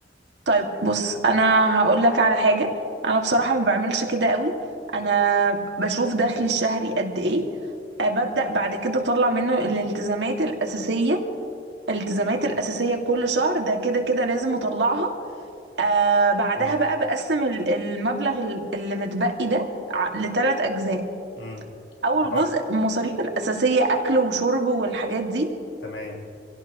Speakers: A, on the right; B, on the left.
A: طيب بص انا هقول لك على حاجه انا بصراحه ما بعملش كده قوي انا بشوف دخلي الشهري قد ايه آه، ببدا بعد كده اطلع منه الالتزامات الاساسيه الالتزامات الاساسيه كل شهر ده كده كده لازم اطلعها آه بعدها
B: امم
A: بقى بقسم ال- المبلغ ال- اللي متبقي ده ع- لثلاث اجزاء
B: امم
A: اول
B: بقى
A: جزء المصاريف الاساسيه اكل وشرب والحاجات دي
B: تمام